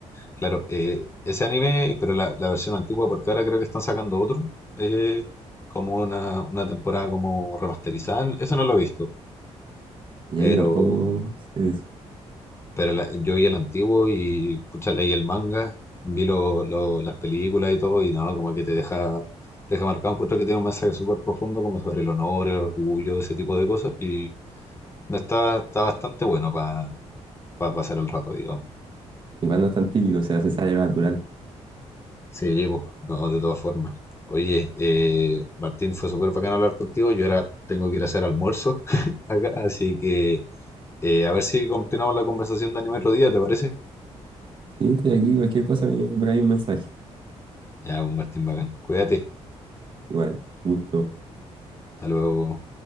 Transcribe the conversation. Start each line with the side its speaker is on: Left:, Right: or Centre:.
Left: claro, eh, ese anime, pero la, la versión antigua, porque ahora creo que están sacando otro, eh, como una, una temporada como remasterizada. Eso no lo he visto,
Right: Y
Left: pero
Right: ahí tampoco sé de eso.
Left: Pero la- yo vi el antiguo y pucha, leí el manga, vi lo- lo- las películas y todo, y no, como que te deja, te deja marcado. Encuentro que tiene un mensaje súper profundo, como sobre el honor, el orgullo, ese tipo de cosas, y está, está bastante bueno para pasar el rato, digamos.
Right: Igual no es tan típico, o sea, se sale lo natural.
Left: Sí, pues, no, de todas formas. Oye, eh, Martín, fue súper bacán hablar contigo. Yo ahora tengo que ir a hacer almuerzo <laughs> acá, así que eh, a ver si continuamos la conversación de anime otro día, ¿te parece?
Right: Sí, estoy aquí, cualquier cosa me, me cae un mensaje.
Left: Ya, pues, Martín, bacán. Cuídate.
Right: Igual, gusto.
Left: Hasta luego.